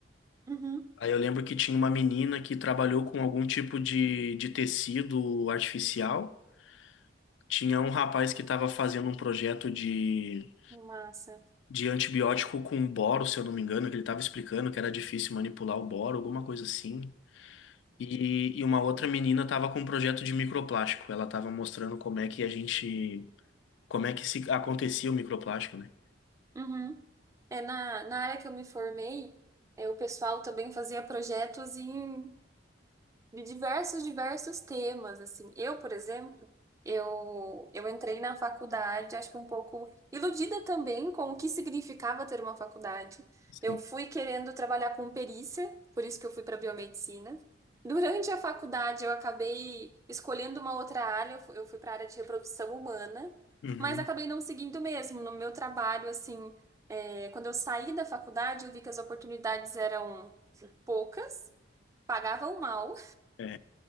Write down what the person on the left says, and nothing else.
Aí eu lembro que tinha uma menina que trabalhou com algum tipo de, de tecido artificial. Tinha um rapaz que estava fazendo um projeto de
de antibiótico com boro, se eu não me engano, que ele estava explicando que era difícil manipular o boro, alguma coisa assim. E, e uma outra menina estava com um projeto de microplástico. Ela estava mostrando como é que a gente, como é que se acontecia o microplástico, né?
Sim.
Uhum.
É,